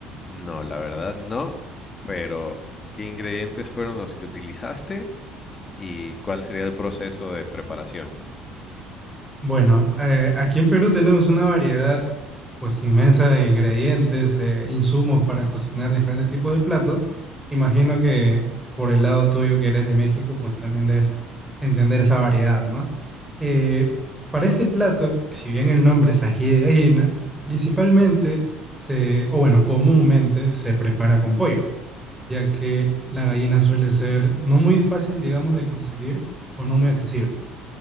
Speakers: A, on the left; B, in the centre.
A: No, la verdad no, pero ¿qué ingredientes fueron los que utilizaste y cuál sería el proceso de preparación?
B: Bueno, eh, aquí en Perú tenemos una variedad pues inmensa de ingredientes, eh, insumos para cocinar diferentes tipos de platos. Imagino que por el lado tuyo que eres de México, pues también debes entender esa variedad, ¿no? Eh, para este plato, si bien el nombre es ají de gallina, principalmente se, o bueno, comúnmente se prepara con pollo, ya que la gallina suele ser no muy fácil, digamos, de conseguir o no muy accesible.